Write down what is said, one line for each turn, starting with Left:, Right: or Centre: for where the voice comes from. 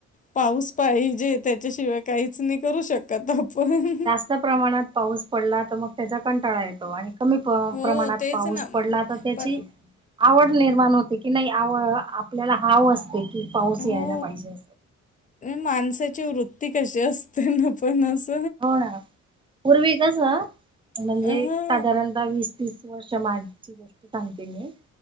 Left: पाऊस पाहिजे त्याच्याशिवाय काहीच नाही करू शकत आपण
Right: जास्तप्रमाणात पाऊस पडला तर त्याचा कंटाळा येतो. आणि कमी
Left: हो
Right: प्रमाणात
Left: तेच
Right: पाऊस
Left: ना
Right: पडला तर त्याची
Left: पण
Right: आवड निर्माण होते की नाही आपल्याला हव असते की पाऊस
Left: हो
Right: यायला पाहिजे.
Left: माणसाची वृत्ती कशी असते तेना पणास
Right: हो ना पूर्वी कसं म्हणजे
Left: आ
Right: साधारणतः वीस तीस वर्ष माझची गोष्ट सांगते मी